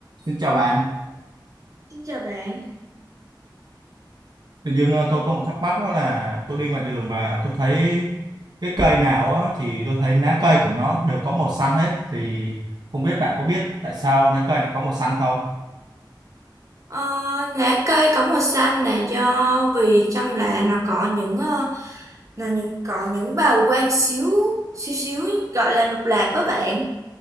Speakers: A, on the right; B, on the right.
A: Xin chào bạn.
B: Xin chào bạn.
A: Tự dưng ờ, tôi có một thắc mắc đó là tôi đi ngoài đường và tôi thấy cái cây nào á, thì tôi thấy lá cây của nó đều có màu xanh hết thì không biết bạn có biết tại sao lá cây lại có màu xanh không?
B: Ờ, lá cây có màu xanh là do vì trong lá nó có những ờ, là những có những bào quang xíu xíu xíu gọi là lục lạp đó bạn.